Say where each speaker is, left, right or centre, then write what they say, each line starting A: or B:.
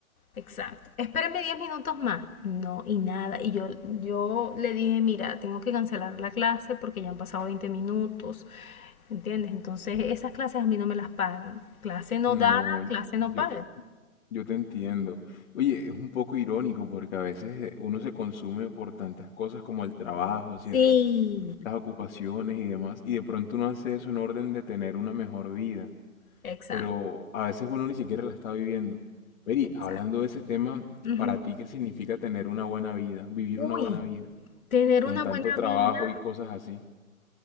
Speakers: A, on the left; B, on the left.
A: exacto. Espéreme diez minutos más. No, y nada. Y yo, yo le dije, mira, tengo que cancelar la clase porque ya han pasado 20 minutos. ¿entiendes? Entonces esas clases a mí no me las pagan. Clase no
B: No,
A: dada, clase no
B: yo,
A: paga.
B: Yo te entiendo. Oye, es un poco irónico porque a veces eh, uno se consume por tantas cosas como el trabajo, ¿cierto?
A: Sí.
B: Las ocupaciones y demás, y de pronto uno hace eso en orden de tener una mejor vida,
A: Exacto,
B: pero a veces uno ni siquiera la está viviendo. Mary,
A: exacto.
B: hablando de ese tema,
A: Ujú.
B: ¿para ti qué significa tener una buena vida, vivir
A: Uy,
B: una buena vida,
A: Tener
B: con
A: una
B: tanto
A: buena
B: trabajo
A: vida,
B: y cosas así?